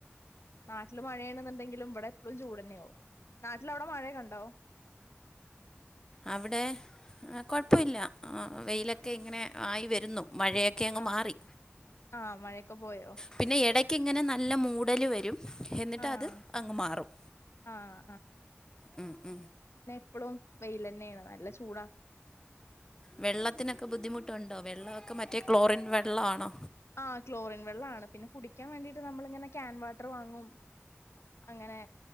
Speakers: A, on the left; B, on the left.
A: നാട്ടില് മഴയാണെന്നുണ്ടെങ്കിലും ഇവിടെ എപ്പോഴും ചൂട് തന്നെകവും നാട്ടില അവിടെ മഴയ കണ്ടാവോ
B: അവിടെ കുഴപ്പമില്ല വെയിലൊക്കെ ഇങ്ങനെ ആയി വരുന്നു മഴയൊക്കെ അങ്ങ്
A: ആഹ്
B: മാറി
A: ആഹ് മഴയൊക്കെ പോയോ
B: പിന്നെ ഇടക്ക് ഇങ്ങനെ നല്ല മൂ കടൽ വരും എന്നിട്ട്
A: ആഹ്
B: അത് അങ്ങ് മാറും
A: ആഹ്
B: ഉ ഉ
A: എപ്പഴും വെയിൽ തന്നെയാണ് നല്ല ചൂടാ
B: വെള്ളത്തിനൊക്കെ ബുദ്ധിമുട്ടുണ്ടോ വെള്ളമൊക്കെ മറ്റേ ക്ലോറിൻ വെള്ള ആണോ
A: ആ ക്ലോറിൻ വെള്ളംണ് പിന്നെ കുടിക്കാൻ വേണ്ടീട്ട് നമ്മളിങ്ങനെ കാക്യാൻ വാട്ടർ വാങ്ങും അങ്ങനെ